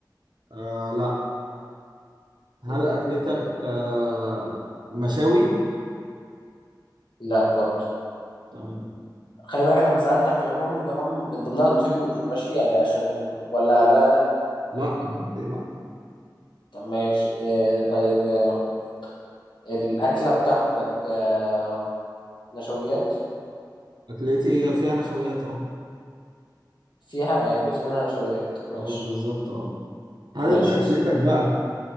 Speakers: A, on the right; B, on the left.
A: آه لا هل
B: لا
A: اكلتك
B: ما...
A: آه مشاوي
B: لا برضو
A: تمام
B: خلي بالك انا لما سالتك لحوم لحوم من ضمنها الطيور ماشي يعني عشان ولا ده لا
A: لا دي لا
B: طب ماشي آه طيب آه، الأكلة بتاعتك آه، نشويات
A: اكلتي فيها نشويات اه
B: فيها يعني جزء منها نشويات ماشي
A: اه بالظبط اه هل
B: ماشي
A: انت اكلتك
B: اسم
A: بقى